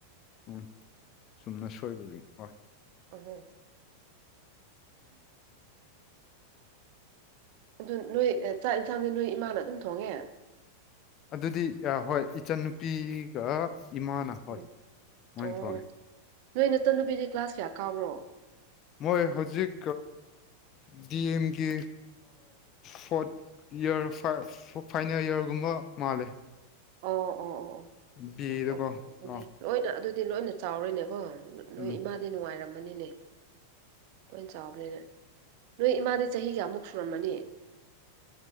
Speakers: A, on the left (about 35°); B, on the right (about 45°).
A: ꯎꯝ ꯆꯨꯝꯅ ꯁꯣꯏꯕꯒꯤ ꯍꯣꯏ
B: ꯑꯣ ꯍꯣꯏ ꯑꯗꯨ ꯅꯣꯏ ꯆꯥꯛ ꯌꯦꯟꯁꯥꯡꯗꯤ ꯅꯣꯏ ꯏꯃꯥꯅ ꯑꯗꯨꯝ ꯊꯣꯡꯉꯦ
A: ꯑꯗꯨꯗꯤ ꯍꯣꯏ ꯏꯆꯟꯅꯨꯄꯤꯒ ꯏꯃꯥꯅ ꯍꯣꯏ
B: ꯎꯝ
A: ꯃꯣꯏꯅ
B: ꯑꯣ
A: ꯊꯧꯅꯤ
B: ꯅꯣꯏ ꯅꯠꯇ ꯅꯨꯄꯤꯗꯤ ꯀ꯭ꯂꯥꯁ ꯀꯌꯥ ꯀꯥꯎ꯭ꯔꯣ
A: ꯃꯣꯏ ꯍꯧꯖꯤꯛ ꯗꯤ ꯑꯦꯝꯒꯤ ꯐꯣꯔꯠ ꯏꯔ ꯐꯥꯏꯅꯦꯜ ꯌꯔꯒꯨꯝꯕ ꯃꯥꯜꯂꯦ
B: ꯑꯣ ꯑꯣ ꯑꯣ ꯑꯣ
A: ꯕꯤ ꯑꯦꯗꯀꯣ
B: ꯑꯣꯀꯦ ꯑꯗꯨꯗꯤ
A: ꯑ
B: ꯂꯣꯏꯅ ꯑꯗꯨꯗꯤ ꯗꯤ ꯂꯣꯏꯅ ꯆꯥꯎꯔꯅꯦꯀꯣ ꯅꯣꯏ
A: ꯎꯝ
B: ꯏꯃꯥꯗꯤ ꯅꯨꯡꯉꯥꯏꯔꯝꯃꯅꯤꯅꯦ ꯂꯣꯏꯅ ꯆꯥꯎꯕꯅꯤꯅ ꯅꯣꯏ ꯏꯃꯥꯗꯤ ꯆꯍꯤ ꯀꯌꯥꯃꯨꯛ ꯁꯨꯔꯝꯃꯅꯤ